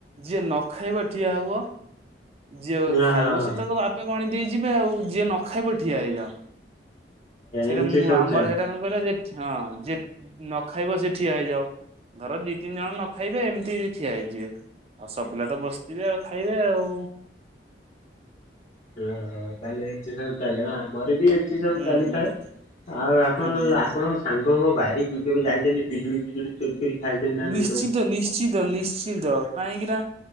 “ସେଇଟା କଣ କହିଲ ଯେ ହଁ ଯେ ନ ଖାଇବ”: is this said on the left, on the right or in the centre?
Right